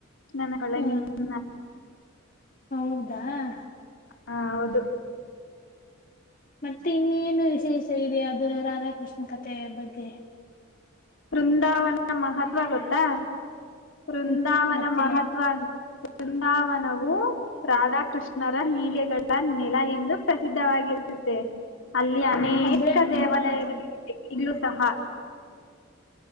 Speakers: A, on the left; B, on the left.
A: ನನ್ನ
B: ಹ
A: <unintelligible>
B: ಹೌದಾ
A: ಹಾ ಹೌದು <inaudible>
B: ಮತ್ತೆ ಇನ್ನೇನು ವಿಶೇಷ ಇದೆ ಅದ್ರ ರಾಧಾಕೃಷ್ಣ ಕಥೆಯ ಬಗ್ಗೆ
A: ಬೃಂದಾವನ ಮಹತ್ವ ಗೊತ್ತಾ ಬೃಂದಾವನ
B: ಹ್ಮ್ ಹ್ಮ್ ಗೊತ್ತಿಲ್ಲ
A: ಮಹತ್ವ ವೃಂದಾವನವು ರಾಧಾಕೃಷ್ಣರ ಲೀಲೆಗಳ ನೆಲ ಎಂದು ಪ್ರಸಿದ್ಧವಾಗಿದೆ ಇತ್ತೆ ಅಲ್ಲಿ ಅನೇಕ
B: ಅಂದ್ರೆ
A: ದೇವಾಲಯಗಳಿರುತ್ತೆ
B: ಹಾ ಹಾ
A: ಈಗ್ಲೂ ಸಹ